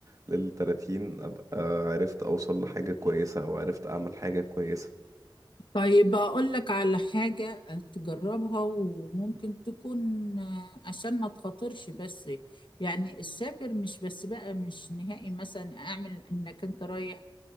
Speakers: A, on the right; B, on the left.
A: للتلاتين ابقى عرفت اوصل لحاجة كويسة او عرفت اعمل حاجة كويسة
B: طيب أقول لك على حاجة تجربها وممكن تكون آه، عشان ما تخاطرش بس يعني السافر مش بس بقى مش نهائي مثلا أعمل إنك أنت رايح